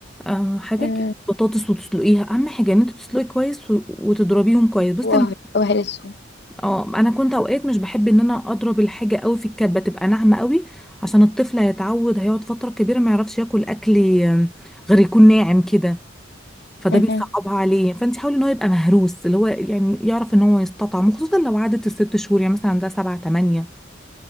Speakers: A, in the centre; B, on the left (about 55°).
A: آه حاجات
B: مم.
A: كده بطاطس وتسلقيها أهم حاجة إن أنت تسلقي كويس و- وتضربيهم كويس بصي
B: وهر-
A: أنا
B: وهرسهم
A: اه أنا كنت أوقات مش بحب إن أنا أضرب الحاجة قوي في الكبة تبقى ناعمة قوي عشان الطفل هيتعود هيقعد فترة كبيرة ما يعرفش ياكل أكل آه، غير يكون ناعم كده فده
B: مهم.
A: بيصعبها عليه فانت حاولي ان هو يبقى مهروس اللي هو يعني يعرف ان هو يستطعم وخصوصا لو عدت الست شهور يعني مثلا ده سبعة تمانية